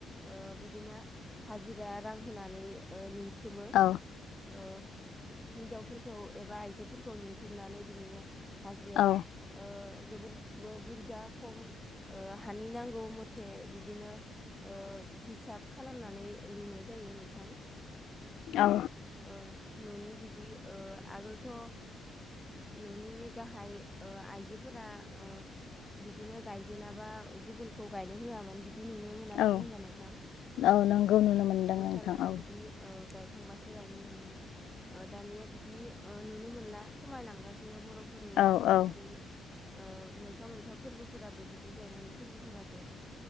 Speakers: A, in the centre; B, on the left (about 75°).
A: ओ बिदिनो हाजिरा रां होनानै ओ लिंथुमो
B: औ
A: ओ हिनजावफोरखौ एबा आइजोफोरखौ लिं थुमनानै बिनिनो हाजिया
B: औ
A: ओ जोबोर बो बुरजा खम ओ हानि नांगौ थे बिदिनो ओ हिसाब खालामनानै लिंनाय जायो नोंथां।
B: औ।
A: ओ न'नि बिदि ओ आगोलथ' ओ न'नि गाहाय ओ आइजोफोरा ओ बिदिनो गायजेेनाबा गुबुनखौ गायनो होआमोन बि दि नुनो मोनाखैमोन
B: औ
A: होनबा नोंथां
B: औ नंगौ नुनो मोनदों
A: गसा
B: नोंथां
A: लाना
B: औ
A: बिदि ओ गायखांबा गायनो मोनोमोन ओ दानिया बिदि ओ नुनो मोनला खमायलांगासिनो बर' फोरनि
B: औ
A: आसार
B: औ
A: खान्थि ओ मोनफा मोनफा फोर्बोफोराबो बिदि गायनायनि फोर्बोफोराबो।